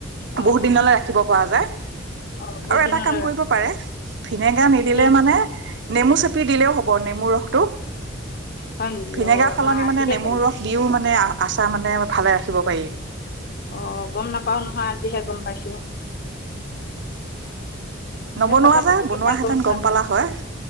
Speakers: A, on the left (about 50°); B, on the right (about 65°).
A: অ
B: বহুত
A: অ
B: দিনলৈ ৰাখিব পোৱা যায়
A: অ বহুত
B: আৰু এটা
A: দিনলৈ
B: কাম কৰিব
A: ৰাখিব
B: পাৰে ভিনেগাৰ নিদিলে
A: কি গম
B: মানে নেমু চেপি দিলেও হ'ব নেমুৰ ৰসটো
A: হয় নেকি
B: ভিনেগাৰ
A: অ
B: সলনি
A: মই আজিহে
B: মানে নেমুৰ
A: জানো
B: ৰস দিও মানে আচাৰ মানে ভালে ৰাখিব পাৰি
A: অ গম নাপাও নহয় আজিহে গম পাইছো সেই
B: নবনোৱা
A: কথা
B: যে,
A: পাতিলেহে
B: বনোৱাহেঁতেন
A: পোৱা
B: গম পালা
A: যায়
B: হয়